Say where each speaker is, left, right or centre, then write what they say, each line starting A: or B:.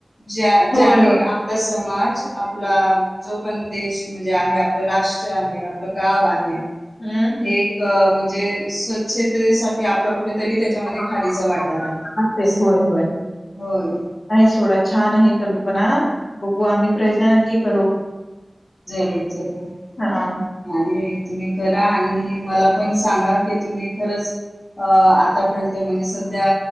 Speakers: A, on the left; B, on the left.
A: ज्या
B: होय,
A: ज्याने
B: होय.
A: आपला समाज सो आपला जो पण देश म्हणजे आहे आपलं राष्ट्र आहे. आपलं गाव आहे.
B: हं.
A: हे एक म्ह -- जे स्वच्छतेसाठी आपला कुठेतरी त्याच्यामध्ये
B: <unintelligible>
A: खारीचा वाटा राहील
B: असेल होय होय आहे
A: होय
B: सोडा छान आहे हे कल्पना. बघू आम्ही प्रयत्न नक्की करू.
A: जरूर जरूर
B: हां.
A: आणि तुम्ही करा आणि आणि मला पण सांगा की तुम्ही खरंच अ आतापर्यंत म्हणजे सध्या